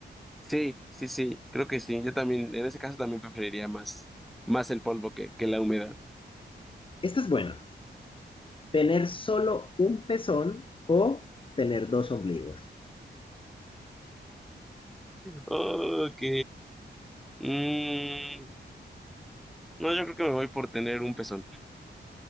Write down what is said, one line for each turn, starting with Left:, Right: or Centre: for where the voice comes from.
Centre: Sí, sí, sí, creo que sí. Yo también, en ese caso también preferiría más, más el polvo que, que la humedad.
Left: Esta es buena. ¿Tener solo un pezón o tener dos ombligos?
Centre: Ok. Mm, no, yo creo que me voy por tener un pezón.